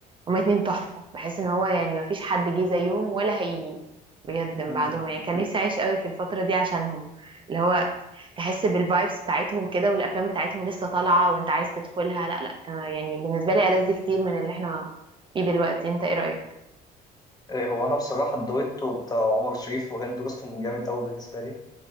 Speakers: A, on the right; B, on the left.
A: هما اتنين تحفه بحس ان هو يعني مفيش حد جه زيهم ولا هيجي بجد من
B: مم.
A: بعدهم يعني كان نفسي اعيش قوي في الفتره دي عشانهم اللي هو تحس بالفايبس بتاعتهم كده والافلام بتاعتهم لسه طالعه وانت عايز تدخلها لا لا كان يعني بالنسبه لي ألذ كتير من اللي احنا فيه دلوقتي انت ايه رايك
B: آه، هو انا بصراحه الدويتو بتاع عمر شريف وهند رستم جامد قوي بالنسبه لي